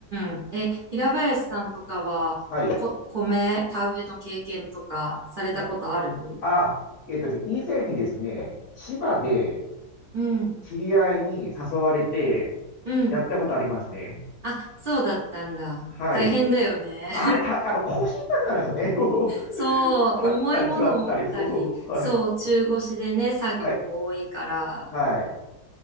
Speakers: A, on the right (about 70°); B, on the left (about 60°).
A: ん。え、平林さんとかは、
B: はい。
A: こ、米、田植えの経験とかされたことある
B: あ、あ、えっと、以前にですね、千葉で
A: うん。
B: 知り合いに誘われて
A: うん。
B: やったことありますね。
A: あ、そうだったんだ。
B: はい。
A: 大変だよね。
B: あれ、た、あの、腰痛くなるんですよね。
A: そう、
B: <laughs> 立ったり座ったり、
A: 重いものを持ったり、
B: そうそうそう。はい。
A: そう、中腰でね、作業も多いから。
B: はい。はい。